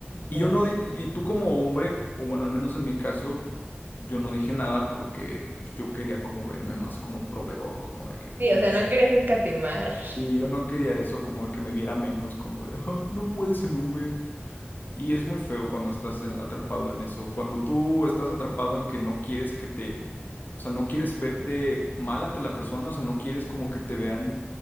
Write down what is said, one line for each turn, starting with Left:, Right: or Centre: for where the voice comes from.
Left: y
Right: Fuerte.
Left: yo no, di- y tú como hombre, o bueno, al menos en mi caso, yo no dije nada porque pues, yo quería como verme más como proveedor, como de que,
Right: Sí,
Left: oh,
Right: o sea,
Left: sí
Right: no querías escatimar.
Left: y yo no quería eso, como de que me viera menos, como de, "Ah, no puedes el Uber. Y es muy feo cuando estás en- atrapado en eso. Cuando tú estás atrapado en que no quieres que te, o sea, no quieres verte mal ante la persona, o sea, no quieres como que te vean